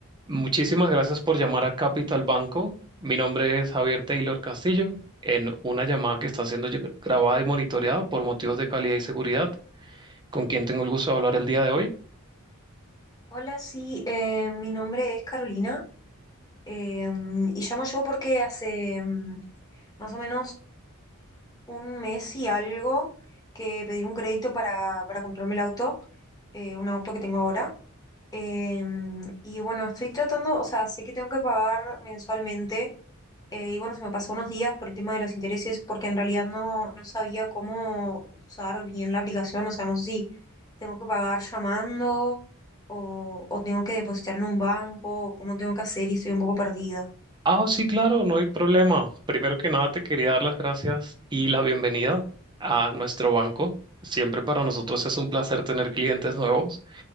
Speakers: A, on the right (about 20°); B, on the left (about 20°).
A: Muchísimas gracias por llamar a Capital Banco. Mi nombre es Javier Taylor Castillo, en una llamada que está siendo lle- grabada y monitoreada por motivos de calidad y seguridad, con quién tengo el gusto de hablar el día de hoy.
B: Hola, sí, eh, mi nombre es Carolina eh, y llamo yo porque hace mm, más o menos un mes y algo que pedí un crédito para, para comprarme el auto, eh, un auto que tengo ahora. Eh, y bueno, estoy tratando, o sea, sé que tengo que pagar mensualmente eh, y bueno, se me pasó unos días por el tema de los intereses, porque en realidad no, no sabía cómo usar bien la aplicación. O sea, no sé si tengo que pagar llamando o, o tengo que depositar en un banco, o cómo tengo que hacer y estoy un poco perdida.
A: Ah, sí, claro, no hay problema. Primero que nada, te quería dar las gracias y la bienvenida a nuestro banco. Siempre para nosotros es un placer tener clientes nuevos.